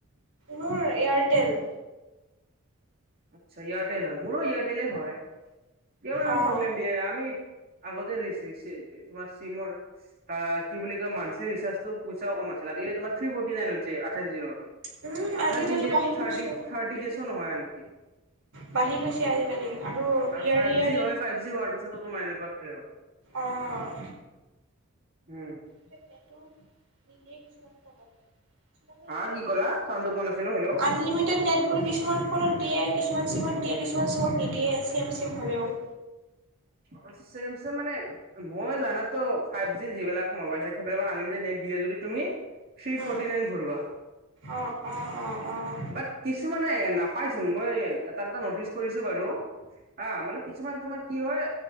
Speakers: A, on the right; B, on the right.
A: মোৰ এয়াৰটেল।
B: আচ্ছা এয়াৰটেল হয়, মোৰো এয়াৰটেলে হয়। কিয় বা ইমান
A: অ',
B: প্ৰব্লেম
A: অ',
B: দিয়ে আমি আগতে ৰিচি তোমাৰ চিমৰ কি বুলি কয় মান্থলি ৰিচাৰ্টো পইচাও কম আছিল আজিকালি তোমাৰ থী ফৰ্টি নাইন। আথাইচ দিনত,
A: উম,
B: আথাইচ
A: আজিকালি
B: দিয়া
A: বাঢ়ি
B: থাৰ্টি
A: গৈছে।
B: ডেছো নহয় আনকি।
A: বাঢ়ি গৈছে আজিকালি।
B: আৰু
A: ইয়াৰে
B: ফাইভ
A: ইয়াৰে
B: জি হয় ফাইভ জি হোৱাৰ পিছতো তোমাৰ এনেকোৱা হয়
A: অঁ
B: উম।
A: তে পেটটো নিদিয়ে কিছুমান সময়ত দ
B: হা কি ক'লা চাউণ্ডটো পোৱা নাছিলো হেল্ল'
A: আনলিমিটেড নেটবোৰ কিছুমান ফোনত দিয়ে কিছুমান চিমত দিয়ে কিছুমান চিমত নিদিয়ে চেম চিম হ'লেও
B: অ চেমচং মানে মই জানাতো ফাইভ জি যিবিলাক মবাইল থাক সেইবাক আনলিমিটেড নেট দিয়ে। যদি তুমি থ্ৰী
A: উম,
B: ফৰ্টি নাইন ভৰোৱা
A: অ', অ', অ', অ',
B: বাট কিছুমান মানে নাপাইচোন মই এটা এটা নটিচ কৰিছো বাৰু হা মানে কিছুমান তোমাৰ কি হয়